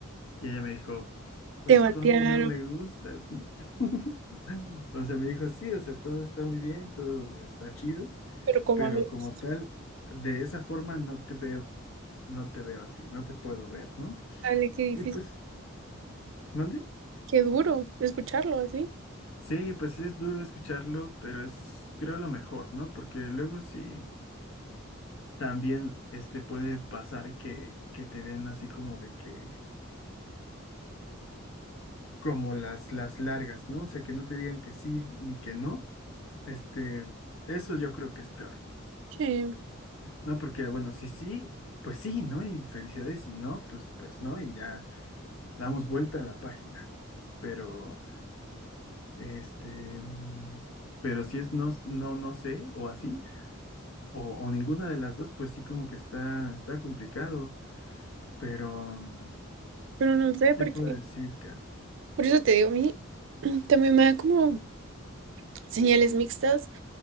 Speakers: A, on the left; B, on the right.
A: y ella me dijo, pues
B: Te batearon.
A: tú a mí no me gustas, ¿no? <laughs> O sea, me dijo, sí, o sea, todo está muy bien, todo está chido,
B: pero como
A: pero
B: amigos.
A: como tal, de esa forma no te veo, no te veo a ti, no te puedo ver, ¿no?
B: Dale, qué difícil,
A: Y pues, ¿mande?
B: qué duro escucharlo así.
A: Sí, pues es duro escucharlo, pero es, creo, lo mejor, ¿no? Porque luego sí. También este puede pasar que, que te den así como de que, como las, las largas, ¿no? O sea, que no te digan que sí ni que no. Este, eso yo creo que es peor,
B: que-
A: ¿no? Porque, bueno, si sí, pues sí, ¿no? Y felicidades, si no, pues, pues no, y ya damos vuelta a la página. Pero, este, mm, pero si es no, no, no sé, o así, o, o ninguna de las dos, pues sí como que está, está complicado. Pero,
B: pero no sé por
A: ¿qué te puedo
B: qué.
A: decir, Kat?
B: Por eso te digo, a mí <clears throat> también me da como señales mixtas